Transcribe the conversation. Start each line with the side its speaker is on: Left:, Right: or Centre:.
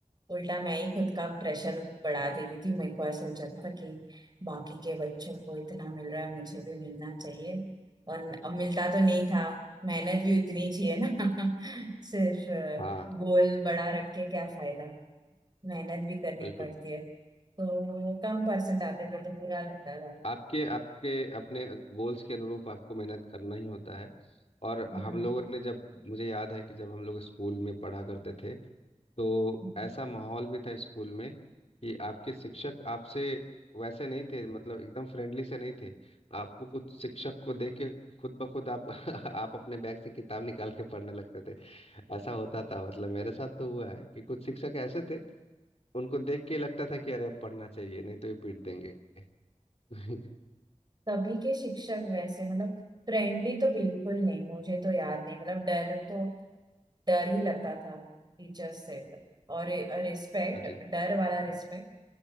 Right: उल्टा मैं ही खुद का प्रेशर बढ़ा देती थी मेरे को ऐसा हो जाता था कि बाकी के बच्चों को इतना मिल रहा है मुझे भी मिलना चाहिए और अब मिलता तो नहीं था मेहनत भी उतनी ही चाहिए ना <laughs> सिर्फ अ,
Left: हाँ
Right: गोल बड़ा रख के क्या फायदा मेहनत भी करनी
Left: बिल्कुल
Right: पड़ती है तो कम परसेंट आते थे तो बुरा लगता था
Left: आपके आपके अपने गोल्स के अनुरूप आपको मेहनत करना ही होता है और
Right: हाँ
Left: हम लोगों ने जब मुझे याद है कि जब हम लोग स्कूल में पढ़ा करते थे तो
Right: हम्म।
Left: ऐसा माहौल भी था स्कूल में कि आपके शिक्षक आपसे वैसे नहीं थे मतलब एकदम फ्रेंडली से नहीं थे आपको कुछ शिक्षक को देख के खुद ब खुद आप <laughs> आप अपने बैग से किताब निकाल के पढ़ने लगते थे ऐसा होता था मतलब मेरे साथ तो हुआ है कि कुछ शिक्षक ऐसे थे उनको देख के लगता था कि अरे अब पढ़ना चाहिए नहीं तो ये पीट देंगे <laughs> हाँ
Right: तभी के शिक्षक वैसे मतलब फ्रेंडली तो बिल्कुल नहीं मुझे तो याद नहीं मतलब डर तो डर ही लगता था टीचर्स से और रिस्पेक्ट
Left: जी
Right: डर वाला रिस्पेक्ट